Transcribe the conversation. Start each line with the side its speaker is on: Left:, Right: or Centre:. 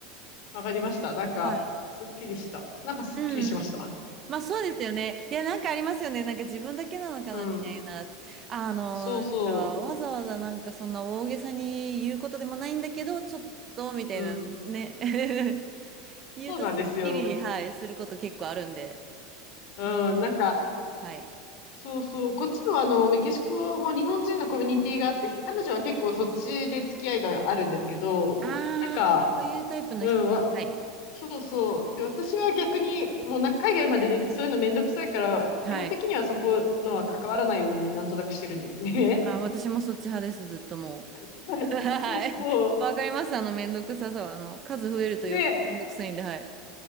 Left: わかりました。なんか、
Right: はい。
Left: すっきりした。なんかすっきりしました。
Right: うんうん。まあそうですよね。いや、なんかありますよね。なんか自分だけなのかなみたいな。
Left: うん。
Right: あの、
Left: そうそ
Right: なんかわざわざなんかそんな大げさに言うことでもないんだけど、ちょっとみたいなね。
Left: う。うん。
Right: <laughs> 言うとすっきり、
Left: そうなんですよ。
Right: はい、すること結構あるんで、
Left: うん。
Right: いいと思います。
Left: なんか、
Right: はい。
Left: そうそう。こっちもあの、メキシコも日本人のコミュニティがあって、彼女は結構そっちで付き合いがあるんですけど、
Right: ああ、
Left: なんか、
Right: そういうタイプの人だ。
Left: うん、わ
Right: はい。
Left: そうそう。で、私は逆に、もうな、海外まで出てそういうのめんどくさいから、
Right: はい。
Left: 基本的にはそこのは関わらないようになんとなくしてるんですね。
Right: あ、私もそっち派です、ずっとも
Left: <laughs> はい。
Right: う。<laughs> はい。
Left: そうそう。
Right: わかります。あの、めんどくささは、あの、数増えると余計めんどくさいんで、
Left: ね、
Right: はい。